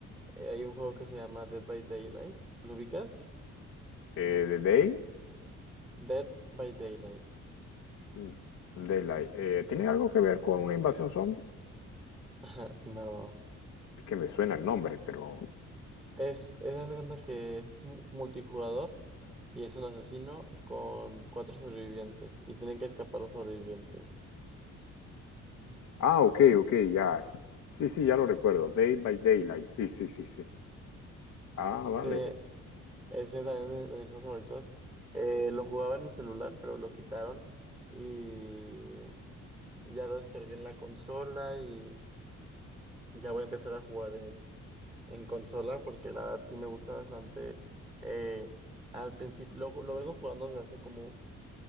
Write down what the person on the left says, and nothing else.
The Day,
mm, Daylight. Eh, ¿tiene algo que ver con una invasión zombie?
Es que me suena el nombre, pero.
Ah, ok, ok, ya. Sí, sí, ya lo recuerdo. Day by Daylight. Sí, sí, sí, sí. Ah, vale.